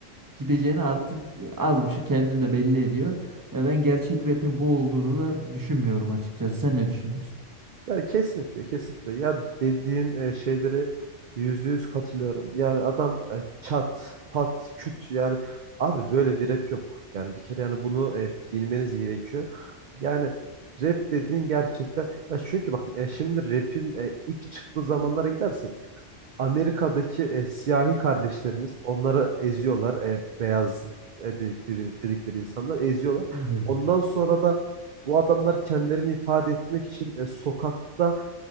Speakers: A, on the right; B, on the right.
A: gideceğini artık az buçuk kendini de belli ediyor. E, ben gerçek rap'in bu olduğunu da düşünmüyorum açıkçası. Sen ne düşünüyorsun?
B: Yani kesinlikle kesinlikle. Ya dediğin e, şeyleri yüzde yüz katılıyorum. Yani adam e, çat, pat, küt yani abi böyle bir rap yok. Yani bir kere yani bunu e, bilmeniz gerekiyor. Yani rap dediğin gerçekten ya çünkü bak e, şimdi rap'in e, ilk çıktığı zamanlara gidersen Amerika'daki e, siyahi kardeşlerimiz onları eziyorlar. E, beyaz e, dedik- dedi- dedikleri insanlar eziyorlar.
A: Evet,
B: Ondan sonra da bu adamlar kendilerini ifade etmek için e, sokakta